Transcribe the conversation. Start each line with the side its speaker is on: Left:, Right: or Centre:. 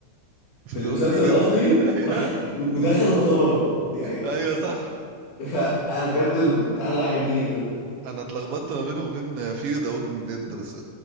Right: في
Left: في
Right: ذا
Left: المسلسل
Right: ووكينج ديد
Left: الاصلي
Right: <laughs>
Left: <laughs>
Right: ايوه
Left: ودخلوا اختبروا يعني
Right: ايوه صح
Left: فانا بجد البتاع ده عجبني جدا
Right: انا اتلخبطت ما بينه وبين فير ذا ووكينج ديد بس